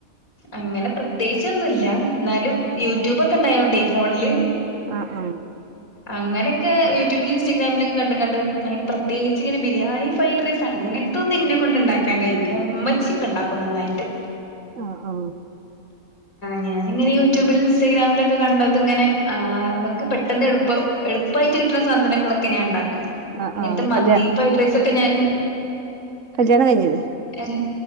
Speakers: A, on the left; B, on the right.
A: അങ്ങനെ പ്രത്യേകിചൊന്നൂല. ഇന്നാലും യൂട്യൂബ്ക്കെ ണ്ടായോണ്ടെ ഫോണില്,
B: ആഹ് ആ.
A: അങ്ങനെക്കെ യൂട്യൂബിൽ ഇൻസ്റ്റഗ്രാമിലൊക്കെ കണ്ട കണ്ട്, അങ്ങനെ പ്രത്യേകിച്ച് ഇങ്ങന ബിരിയാണി ഫ്രൈഡ്റയ്സ്, തന്നക്കും ഇന്ന കൊണ്ട് ണ്ടാക്കാൻ കഴിയൂല. ഇമ്മച്ചിക്ക ഇണ്ടാക്കും നന്നായിട്ട്.
B: ആഹ് ആഹ.
A: ഞാനീങ്ങനെ യൂട്യൂബിലും ഇൻസ്റ്റാഗ്രാമിലൊക്കെ കണ്ടത് ഇങ്ങനെ, ആ നമ്മക്ക് പെട്ടെന്ന് എളുപ്പം എളുപ്പായിട്ട് കിട്ടണ സാധനങ്ങളൊക്കെ ഞാൻ ഉണ്ടാക്കും.
B: ആഹ്
A: ഇങ്ങനത്തെ
B: ആഹ്
A: മന്തിയും
B: കല്യാ
A: ഫ്രൈഡ് റൈസക്കെ ഞാൻ,
B: കല്യാണം കഴഞ്ഞില്ലേ?
A: എൻ